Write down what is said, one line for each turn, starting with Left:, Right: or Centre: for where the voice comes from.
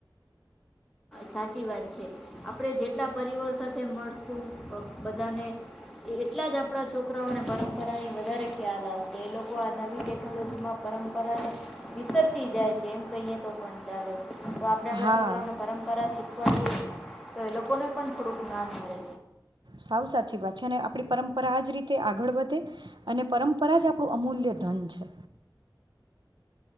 Centre: સાચી વાત છે આપણે જેટલા પરિવાર સાથે મળશું બધાને એટલા જ આપણા છોકરાઓને પરંપરાની વધારે ખ્યાલ આવશે એ લોકો આ નવી ટેકનોલોજીમાં પરંપરાને વિસરતી જાય છે એમ કહીએ તો પણ ચાલે તો આપડે આપડા
Right: હા
Centre: છોકરોને પરં રા શીખવાડીએ તો એ લોકોને પણ થોડું જ્ઞાન મળે.
Right: સાવ સાચી વાત છે અને આપણી પરંપરા આજ રીતે આગળ વધે અને પરંપરા જ આપણું અમૂલ્ય ધન છે.